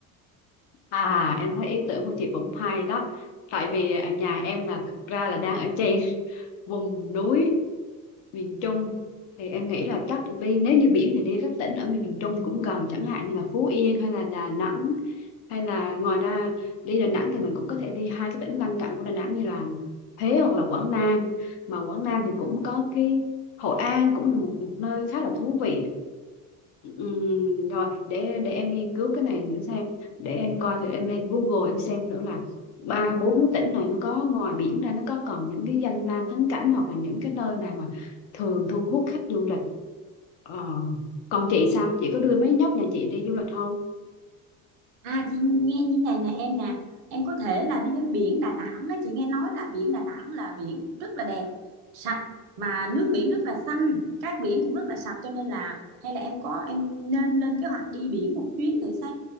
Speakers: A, on the left (about 60°); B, on the right (about 75°).
A: À em thấy ý tưởng của chị cũng hay đó tại vì ở nhà em là thật ra là đang ở trên <laughs> vùng núi miền Trung thì em nghĩ là chắc đi nếu như biển thì đi các tỉnh ở miền Trung thì cũng gần chẳng hạn như là Phú Yên hay là Đà Nẵng hay là ngoài ra đi Đà Nẵng thì mình cũng có thể đi hai cái tỉnh lân cận của Đà Nẵng như là Huế hoặc là Quảng Nam mà Quảng Nam thì cũng có cái Hội An cũng là một, một nơi khá là thú vị Ừm, rồi để để em nghiên cứu cái này nữa xem để em coi thử em lên Google em xem thử là ba bốn cái tỉnh này nó có ngoài biển ra nó có còn những cái danh lam thắng cảnh hoặc là những cái nơi nào mà thường thu hút khách du lịch ờ. còn chị sao chị có đưa mấy nhóc nhà chị đi du lịch không
B: À chị nghe như này nè em nè Em có thể là đi đến biển Đà Nẵng đó Chị nghe nói là biển Đà Nẵng là biển rất là đẹp Sạch mà nước biển rất là xanh cát biển cũng rất là sạch cho nên là Hay là em có em nên lên kế hoạch đi biển một chuyến thử xem